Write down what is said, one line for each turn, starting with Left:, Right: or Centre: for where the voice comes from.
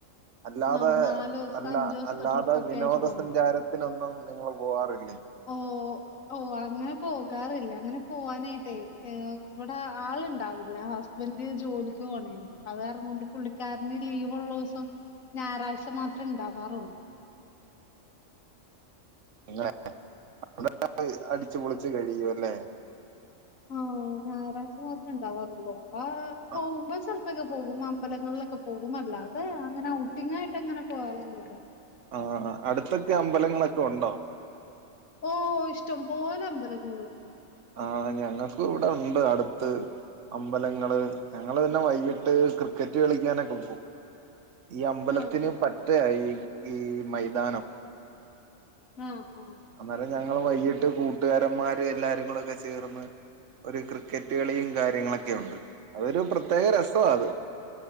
Right: അല്ലാതെ
Left: നാ നാല് ദിവസത്തെ
Right: അല്ല
Left: അഞ്ചു ദിവസത്തെ
Right: അല്ലാതെ
Left: ട്രിപ്പൊക്കെ
Right: വിനോദ
Left: ആയിട്ട് പോകും
Right: സഞ്ചാരത്തിനൊന്നും നിങ്ങൾ പോവാറില്ലേ
Left: ഓഹ് ഓഹ് അങ്ങനെ പോകാറില്ല അങ്ങനെ പോവാനായിട്ടേ എഹ് വ ട്ടാ ആൾ ണ്ടാവില്ല ഹസ്ബന്റ് ജോലിക്ക് പോണേ അത് കാരണംകൊണ്ട് പുള്ളിക്കാരന് ലീവ് ഉള്ളസം ഞായറാഴ്ച മാത്രം ണ്ടാവാറുള്ളൂ
Right: അങ്ങനെ അവിടെ അടിച്ചുപൊളിച്ചു കഴിയുല്ലേ
Left: ആഹ് ഞായറാഴ്ച മാത്ര ഉണ്ടാവാറുള്ളൂ ആഹ്
Right: ആ
Left: പോക്പോ ചെലപ്പോക്കെ പോകും അമ്പലങ്ങളിലൊക്കെ പോവുമല്ലാതെ അങ്ങനെഔട്ടിങ്ങായിട്ട് അങ്ങനെ പോവലില്ലല്ലോ
Right: ആഹ് അഹ് അടുത്തൊക്കെ അമ്പലങ്ങളൊക്കെ ഉണ്ടോ
Left: ഓഹ് ഇഷ്ടം പോലെ അമ്പലങ്ങളുണ്ട്
Right: ആഹ് ഞങ്ങക്ക് ഇവിടെ ഉണ്ട് അടുത്ത് അമ്പലങ്ങള് ഞങ്ങള് തന്നെ വൈകിട്ട് ക്രിക്കറ്റ് കളിക്കാനൊക്കെ പോ ഈ അമ്പലത്തിന്
Left: ആഹ് ആഹ്
Right: പറ്റ ഈ ഈ മൈതാനം
Left: ആഹ് ആഹ്
Right: അന്നേരം ഞങ്ങള് വൈകിട്ട് കൂട്ടുകാരന്മാര് എല്ലാരും കൂടെക്കെ ചേർന്ന് ഒരു ക്രിക്കറ്റ് കളിയും കാര്യങ്ങളൊക്കെ ഉണ്ട് അതൊരു പ്രത്യേക രസമാ അത്
Left: ആഹ്